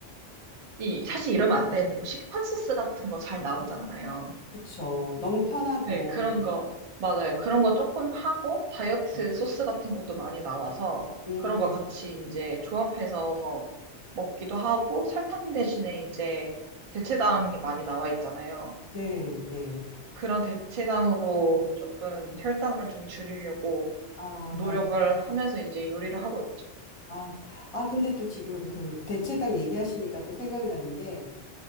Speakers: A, on the right (about 55°); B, on the left (about 35°).
A: 이 사실 이러면 안 되는데 뭐 시판 소스 같은 거 잘 나오잖아요.
B: 그쵸. 너무 편하고.
A: 네, 그런 거, 맞아요. 그런 거 조금 하고, 다이어트
B: 네.
A: 소스 같은 것도 많이 나와서,
B: 음,
A: 그런 거 같이 이제 조합해서 먹기도 하고, 설탕 대신에 이제 대체당이 많이 나와 있잖아요.
B: 네, 네.
A: 그런 대체당으로 조금 혈당을 좀 줄이려고
B: 아,
A: 노력을
B: 맞아요.
A: 하면서 이제 요리를 하고 있죠.
B: 아, 아, 근데 또 지금 그 대체당 얘기하시니까 또 생각나는 게